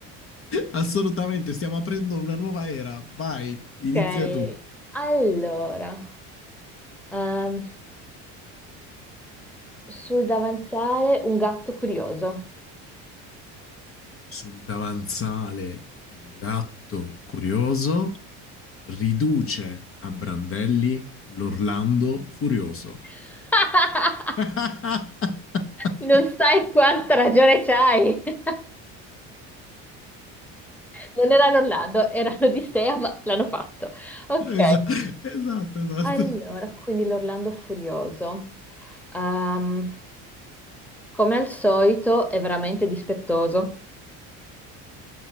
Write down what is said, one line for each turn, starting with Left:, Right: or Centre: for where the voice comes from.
Left: Assolutamente, stiamo aprendo una nuova era. Vai, inizia
Centre: Ok,
Left: tu.
Centre: allora, ehm, Sul davanzale un gatto curioso.
Left: Sul davanzale un gatto curioso riduce a brandelli l'Orlando furioso.
Centre: <laughs>
Left: <laughs>
Centre: Non sai quanta ragione c'hai. <laughs> Non erano Orlando, erano Odissea, ma l'hanno fatto. Ok,
Left: Esa- Esatto, esatto.
Centre: allora, quindi l'Orlando furioso. Ehm, come al solito, è veramente dispettoso.